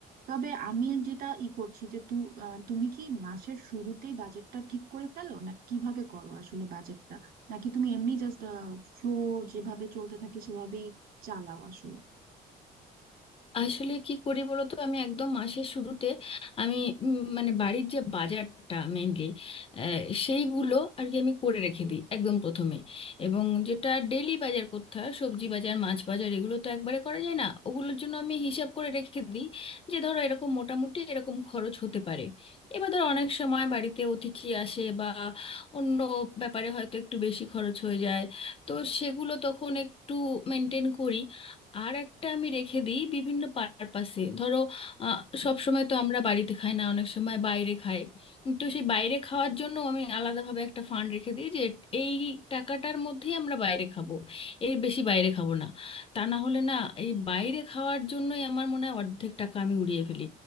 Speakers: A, on the right; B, on the left.
A: তবে আমি যেটা ই করছি যে তু আহ, তুমি কি মাসের শুরুতেই বাজেটটা ঠিক করে ফেলো না কিভাবে করো আসলে বাজেটটা নাকি তুমি এমনি জাস্ট ফ্লো যেভাবে চলতে থাকে সেভাবেই চালাও আসলে
B: আসলে কি করি বলতো আমি একদম মাসের শুরুতে আমি উম, মানে বাড়ির যে বাজারটা মেইনলি সেইগুলো আর কি আমি করে রেখে দিই একদম প্রথমে এবং যেটা ডেলি বাজার করতে হয় সবজি বাজার মাছ বাজার এগুলো তো একবারে করা যায় না ওগুলোর জন্য আমি হিসাব করে রেখে দিই যে ধরো এরকম মোটামুটি এরকম খরচ হতে পারে এবার ধরো অনেক সময় বাড়িতে অতিথি আসে বা অন্য ব্যাপারে হয়তো একটু বেশি খরচ হয়ে যায় তো সেগুলো তখন একটু মেনটেন করি আর একটা আমি রেখে দিই বিভিন্ন পারপাসে ধরো আহ, সব সময় তো আমরা বাড়িতে খাই না অনেক সময় বাইরে খাই তো সেই বাইরে খাওয়ার জন্য আমি আলাদাভাবে একটা ফান্ড রেখে দিই যে এই টাকাটার মধ্যেই আমরা বাইরে খাবো এর বেশি বাইরে খাবো না তা না হলে না এই বাইরে খাওয়ার জন্যই আমার মনে হয় অর্ধেক টাকা আমি উড়িয়ে ফেলি